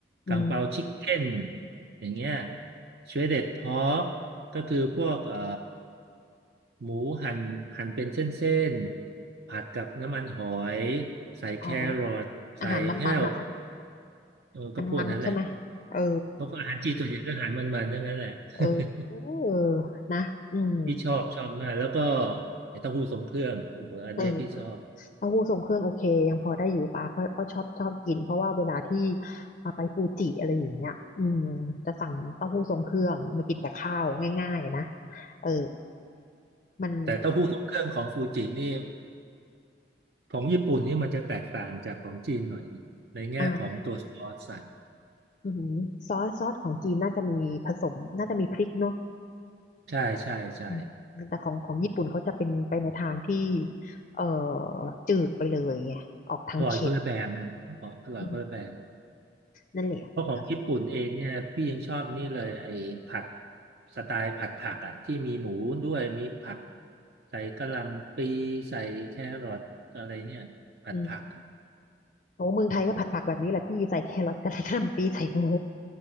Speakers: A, on the right; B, on the left.
A: กังเปาชิคเก้น
B: อืม
A: อย่างเงี้ยชวเด็ดพอกก็คือพวกเอ่อหมูหั่นหั่นเป็นเส้นๆผัดกับน้ำมันหอย ใส่แครอทใส่แห้ว
B: อ๋ออาหารมันๆนะเนาะ
A: เออก็พวกนั้นแหละ
B: มันๆใช่ไหมเออ
A: เขาก็อาหารจีนส่วนใหญ่ก็อาหารมันๆทั้งนั้นแหละ <laughs>
B: เออเออนะอืม
A: พี่ชอบชอบมาก แล้วก็ไอ้เต้าหู้ทรงเครื่องโอ้โหอันเนี้ยพี่ชอบ
B: เออเต้าหู้ทรงเครื่องโอเคยังพอได้อยู่ปะเพราะก็ชอบชอบกินเพราะว่าเวลาที่อ่าไปฟูจิอะไรอย่างเงี้ยอืมจะสั่งเต้าหู้ทรงเครื่องมากินกับข้าวง่ายๆนะเออมัน
A: แต่เต้าหู้ทรงเครื่องของฟูจินี่ของญี่ปุ่นนี่มันจะแตกต่างจากของจีนหน่อยนึงในแง่ของตัวซอสใส่
B: อ่าอือหือซอสซอสของจีนน่าจะมีผสมน่าจะมีพริกเนาะ
A: ใช่ใช่ใช่
B: อืมแต่ของของญี่ปุ่นเขาจะเป็นไปในทางที่เอ่อจืดไปเลยไงออกทางเค็ม
A: อร่อยคนละแบบนะขอกอร่อยคนละแบบ
B: อืมนั่นแหละเออ
A: เพราะของญี่ปุ่นเองเนี่ยพี่ยังชอบนี่เลยไอ้ผัดสไตล์ผัดผักอ่ะที่มีหมูด้วยมีผักใส่กะหล่ำปลีใส่แครอทอะไรเนี่ยผัดผัก
B: อืมโอ้เมืองไทยก็ผัดผักแบบนี้แหละพี่ใส่แครอทกับใส่กะหล่ำปีใส่หมู